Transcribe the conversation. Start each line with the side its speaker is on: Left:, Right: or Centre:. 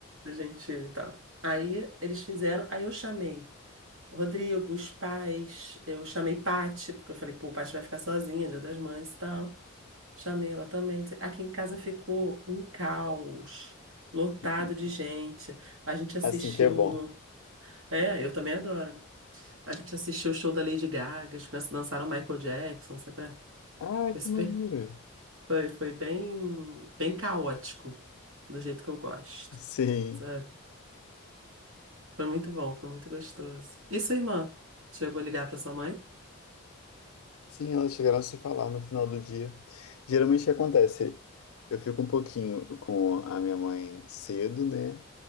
Right: ser gentil e tal. Aí eles fizeram, aí eu chamei o Rodrigo, os pais, eu chamei Paty, porque eu falei, pô, Paty vai ficar sozinha, Dia das Mães e tal. Chamei ela também. não sei- Aqui em casa ficou um caos, lotado
Left: <laughs>
Right: de gente. A gente assistiu.
Left: Assim que é bom.
Right: É, eu também adoro. né? A gente assistiu o show da Lady Gaga, as crianças dançaram Michael Jackson, sabe? qual é?
Left: Ah,
Right: Foi
Left: que
Right: super,
Left: maneiro.
Right: foi, foi bem, bem caótico, do jeito que eu gosto,
Left: Sim.
Right: sabe? Foi muito bom, foi muito gostoso. E sua irmã? Chegou a ligar para sua mãe?
Left: Sim, elas chegaram a se falar no final do dia. Geralmente o que acontece? Eu fico um pouquinho com a minha mãe cedo, né?